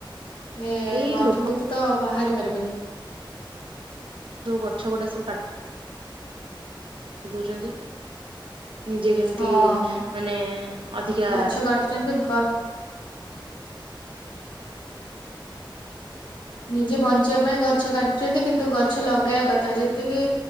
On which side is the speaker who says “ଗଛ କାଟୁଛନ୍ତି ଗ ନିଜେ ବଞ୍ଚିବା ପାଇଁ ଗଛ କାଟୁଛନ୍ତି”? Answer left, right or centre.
Left